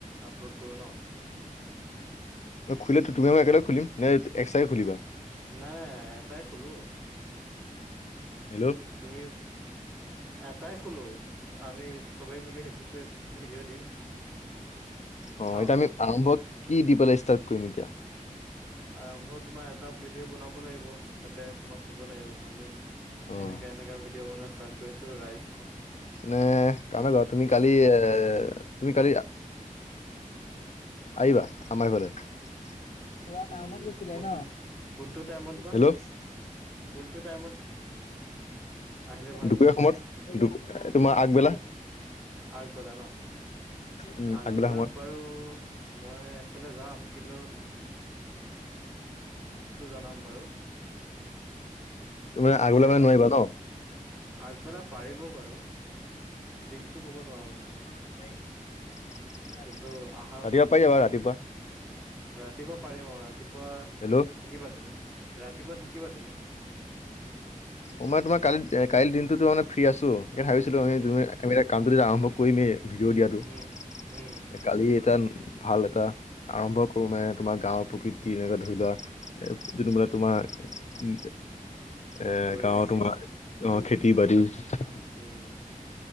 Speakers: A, in the centre; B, on the left.
A: আপলোড কৰো ন।
B: খুলো তুমি মই একেলগে খুলিম নে এক্টাই খুলিবা।
A: নাই নাই এটাই খোলো
B: হেল্ল'
A: তুমি এটাই খুলোঁ। আমি চবেই মিলি সেইটোতে ভিডিঅ' দিম।
B: অ
A: ন
B: এতিয়া আমি আৰম্ভ কি দি পেলাই ষ্টাৰ্ট কৰিম এতিয়া।
A: আৰম্ভ তোমাৰ এটা ভিডিঅ বনাব লাগিব তাতে তোমাক কব লাগিব আমি।
B: অ'।
A: এনেকে এনেকাে ভিডিঅ' বনোৱা ষ্টাৰ্ট কৰিছো ৰাইচ।
B: নে <inaudible> তুমি কালি
A: টাইপৰ
B: এ তুমি কালি আহিবা আমাৰ ঘৰলে পুৰা
A: উম
B: টাউনত গৈছিলে
A: কোনটোত
B: ন
A: কোনটো টাইমত বা
B: হেল্ল'
A: কোনটো টাইমত। আহিলে ভাল
B: দুপৰীয়া
A: হ'ব?
B: সময়ত দু তোমাৰ আগবেলা
A: আগ বেলা ন।
B: উম,
A: আগবেলা
B: সময়ত
A: বাৰু মই এফালে যাম কিন্তু চাম <inaudible>
B: ত মানে
A: এনেই
B: আগলৈ মানে
A: বা
B: নোৱাৰিবা ন
A: আগবেলা পাৰিব বাৰু ফিক্সটো কব নোৱাৰো মানে মই।
B: ৰাতিপুৱা
A: কিন্তু আহা
B: পাই যাবা ৰাতিপুৱা
A: ৰাতিপুৱা পাৰিম আৰু ৰাতিপুৱা
B: হেল্ল'
A: থাকিবা তুমি। ৰাতিপুৱা থাকিবা তুমি।
B: অ' মই তোমাৰ কালি কালিৰ দিনটোো মান ফ্ৰী আছো স ভাবিছিলো
A: উম,
B: কামটো আৰম্ভ কৰি কৰিমেই ভিডিঅ' দিয়াটো
A: উম, উম,
B: কালি এটা ভাল এটা আৰম্ভ। মে তুমাৰ গাৱৰ প্ৰকৃতি এনেকুৱা ধৰি লোৱা যোনটো বোলে তোমাৰ উ এ
A: পৰিৱেশ
B: গাঁৱৰ তোমাৰ
A: দেখুৱা
B: খেতি <inaudible>
A: উম